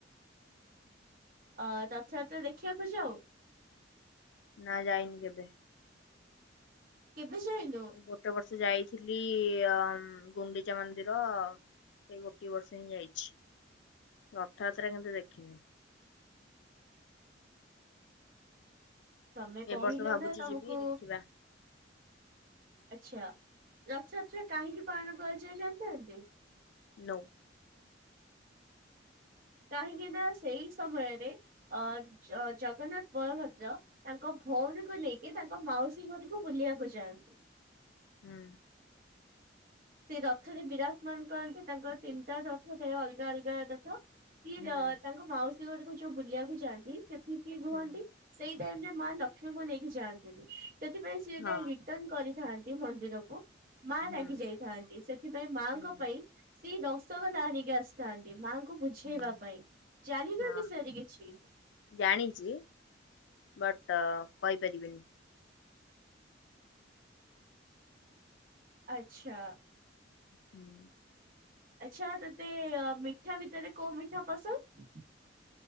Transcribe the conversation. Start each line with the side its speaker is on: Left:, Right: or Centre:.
Right: ଅ ରଥଯାତ୍ରା ଦେଖିବାକୁ ଯାଉ
Left: ନା ଯାଇନି କେବେ।
Right: କେବେ ଯାଇନୁ?
Left: ଏ ଗୋଟେ ବର୍ଷ ଯାଇଥିଲି ଅ ଗୁଣ୍ଡିଚା ମନ୍ଦିର। ସେଇ ଗୋଟିଏ ବର୍ଷ ହିଁ ଯାଇଛି ରଥଯାତ୍ରା କିନ୍ତୁ ଦେଖିନି।
Right: ତମେ କହିଲ
Left: ଏବ ବର୍ଷ ଭାବୁଛି
Right: ନା ତମକୁ
Left: ଯିବି ଦେଖିବା।
Right: ଆଚ୍ଛା। ରଥଯାତ୍ରା କାହିଁକି ପାଳନ କରାଯାଏ ଜାଣିନାହାନ୍ତି?
Left: ନୋ।
Right: କାହିଁକିନା, ସେଇ ସମୟରେ ଅ ଜ ଜଗନ୍ନାଥ ବଳଭଦ୍ର ତାଙ୍କ ଭୋଉଣୀ କୁ ନେଇକି ତାଙ୍କ ମାଉସୀ ଘରକୁ ବୁଲିବାକୁ ଯାଆନ୍ତି।
Left: ହୁଁ।
Right: ସେ ରଥରେ ବିରାଜମାନ କରକି ତାଙ୍କର ତିନ ଟା ରଥ ଯଏ ଅଲଗା ଅଲଗା ରଥ। <unintelligible>
Left: ହୁଁ
Right: ତାଙ୍କ ମାଉସୀ ଘରକୁ ଯୋଉଁ ବୁଲିବାକୁ ଯାଆନ୍ତି ସେଠି ସିଏ ରୁହନ୍ତି।
Left: ହୁଁ
Right: ସେଇ ଟାଇମ ରେ ମାଁ ଲକ୍ଷ୍ମୀଙ୍କୁ ନେଇକି ଯାଆନ୍ତିି ନି ସେଥିପାଇଁ ସିଏ
Left: ହଁ
Right: ଟା <unintelligible> ଟନ୍ କରିଥାନ୍ତି ମନ୍ଦିରକୁ, ମାଁ
Left: ହୁଁ
Right: ରାଗି ଯାଇଥାନ୍ତି, ସେଥିପାଇଁ ମାଙ୍କ
Left: ହୁଁ
Right: ପାଇଁ ସେଇ ରସଗୋଲା ନେଇକି ଆସିଥାନ୍ତିି ମା ଙ୍କୁ ବୁଝେଇବା
Left: ହୁଁ
Right: ପାଇଁ ଜାଣିଲେ
Left: ହଁ
Right: ବିସେଏରେ କିଛି?
Left: ଜାଣିଛି, ବଟ୍ କହିପାରିବିନି।
Right: ଆଚ୍ଛା
Left: ହୁଁ
Right: ଆଚ୍ଛା ତୋତେ ମିଠା ଭିତରେ କୋଉ ମିଠା ପସନ୍ଦ୍?